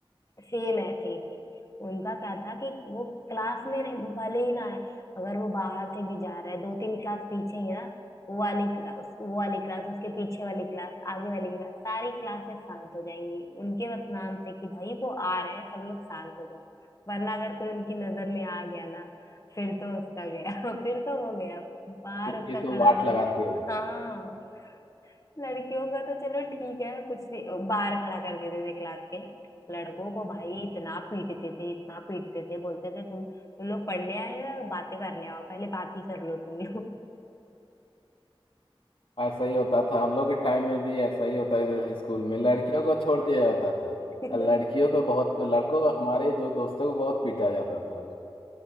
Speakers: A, on the left; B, on the left.
A: सेम ऐसे ही थे उनका क्या था कि वो क्लास में रहे भले ही ना आए अगर वो बाहर से भी जा रहा है दो तीन क्लास पीछे ही है ना वो वाली क्लास वो वाली क्लास उसके पीछे वाली क्लास आगे वाली क्लास सारी क्लासेस शांत हो जाएंगी उनके बस नाम से कि भाई वो आ रहे हैं सब लोग शांत हो जाओ वरना अगर कोई उनकी नजर में आ गया ना फिर तो उसका गया <laughs> फिर तो वो गया बाहर
B: खुद
A: उसका
B: के
A: खड़ा
B: तो वाट
A: होना
B: लगाते हैं
A: हाँ लड़कियों का तो चलो ठीक है कुछ नहीं बाहर खड़ा कर देते थे क्लास के लड़कों को भाई इतना पीटते थे इतना पीटते थे बोलते थे तुम तुम लोग पढ़ने आए हो या बातें करने आओ पहले बात ही कर लो तुम लोग
B: ऐसा ही होता था हम लोग के टाइम में भी ऐसा ही होता था स्कूल में लड़कियों को छोड़ दिया जाता था
A: <laughs>
B: और लड़कियों को बहुत लड़कों को हमारे जो दोस्तों को बहुत पीटा जाता था